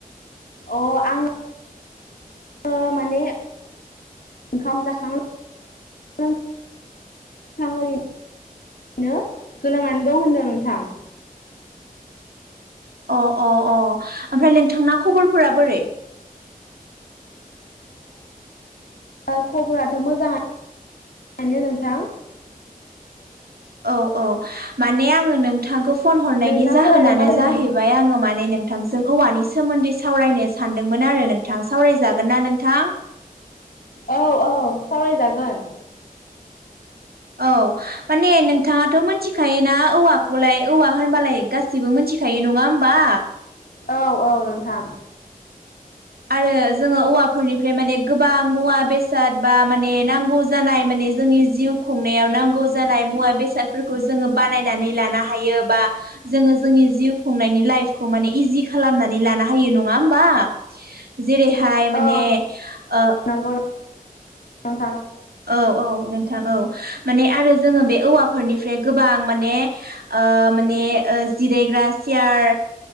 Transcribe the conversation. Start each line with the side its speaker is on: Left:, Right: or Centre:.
Left: अ आङो अ माने ओंखाम जाखां <unintelligible> ओरैनो गोलांनानै दं होनदों नोंथां।
Right: अ अ अ ओमफ्राय नोंथांना खबरफोरा बोरै?
Left: औ खबराथ' मोजाङानोनो नोंथां।
Right: औ औ माने आङो नोंथांखौ फन हरनायनि
Left: नोंना
Right: जाहोनानो
Left: खबरालाय माबोरै
Right: जाहैबाय
Left: नोंथां
Right: आङो माने नोंथांजों औवानि सोमोन्दै सावरायनो सानदोंमोन आरो नोंथां सावरायजागोन ना नोंथां?
Left: औ औ सावरायजागोन।
Right: औ माने नोंथाङाथ' मिथिखायोना औवाखौलाय औवा होनबालाय गास सैबो मिथिखायो नङा होमबा?
Left: औ औ नोंथां।
Right: आरो जोङो औवा फोरनिफ्राय माने गोबां मुवा बेसाद बा माने नांगौ जानाय माने जोंनि जिउ खुंनायाव नांगौ जानाय मुवा बेसादफोरखौ जोङो बानायनानै लानो हायो बा जोङो जोंनि जिउ खुंनायनि लाइफखौ माने इजि खालामनानै लानो हायो नङा होमबा? जेरैहाय माने
Left: औ
Right: ओ-
Left: नंगौ नोंथां
Right: औ औ नोंथां औ माने आरो जोङो बे औवाफोरनिफ्राय गोबां माने ओ- माने ओ- जिरायग्रा सियार।